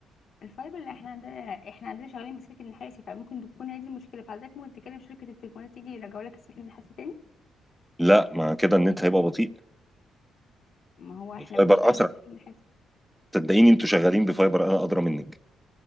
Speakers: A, on the left; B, in the centre.
A: الفايبر اللي احنا عندنا احنا عندنا شغالين بالسلك النحاسي فممكن تكون هي دي المشكلة فحضرتك ممكن تكلم شركة التليفونات تيجي يرجعوا لك السلك النحاسي تاني
B: لا ما كده النت هيبقى بطيء
A: ما هو احنا
B: فايبر
A: بنشتغل
B: اسرع
A: بالسلك النحاسي
B: صدقيني انتوا شغالين بفايبر انا ادرى منك